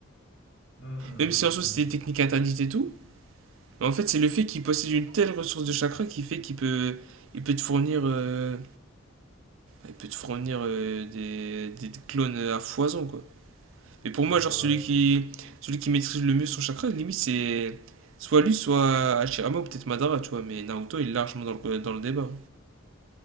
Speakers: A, on the left; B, on the right.
A: Hum, hum,
B: Même
A: hum,
B: si en soi
A: hum.
B: c'était des techniques interdites et tout, en fait c'est le fait qu'il possède une telle ressource de chakra qui fait qu'il peut, il peut te fournir, euh, il peut te fournir euh, des, des clones à foison quoi. Mais
A: Je
B: pour
A: suis
B: moi
A: d'accord
B: genre celui
A: avec
B: qui,
A: toi.
B: celui qui maîtrise le mieux son chakra, limite c'est soit lui, soit Hashirama ou peut-être Madara, tu vois. Mais Naruto il est largement dans le, dans le débat.